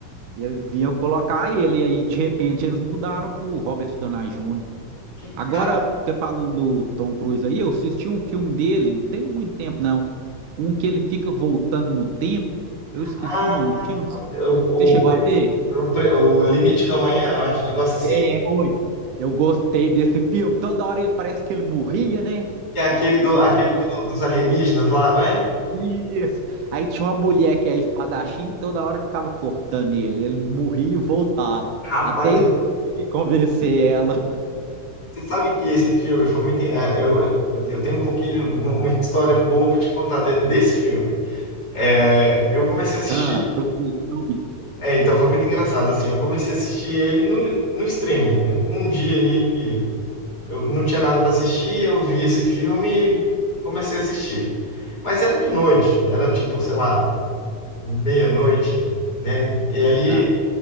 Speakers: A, on the right (about 75°); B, on the left (about 30°).
A: Eles iam colocar ele, e aí de repente eles mudaram pro Robert Downey Jr.
B: Que
A: Agora,
B: cara.
A: você falando do Tom Cruise aí, eu assisti um filme dele, não tem muito tempo não, um que ele fica voltando no tempo, eu esqueci
B: Ah,
A: o nome do filme,
B: eu- o,
A: você chegou
B: pre-
A: a ver?
B: o, pre- o Limite da manhã, eu acho, um negócio assim.
A: É, oi. Eu gostei desse filme, toda hora ele parece que ele morria, né?
B: É aquele, do,
A: Tinha
B: aquele
A: uma mulher,
B: do- dos alienígenas lá, não é?
A: isso. Aí tinha uma mulher que é espadachim, toda hora ficava cortando ele, ele morria e voltava,
B: Rapaz,
A: até ele conseguir convencer ela.
B: Você sabe que esse filme foi muito. é, eu, eu eu tenho um pouquinho, de uma uma história boa pra te contar de- desse filme. É, eu comecei a assistir.
A: Ah, prossiga, tô ouvindo.
B: É, então foi muito engraçado, assim. Eu comecei a assistir ele no, no streaming, né? Um dia aí que eu não tinha nada pra assistir, eu vi esse filme e comecei a assistir. Mas era de noite, era tipo, sei lá, meia-noite, né? E aí.
A: Tá.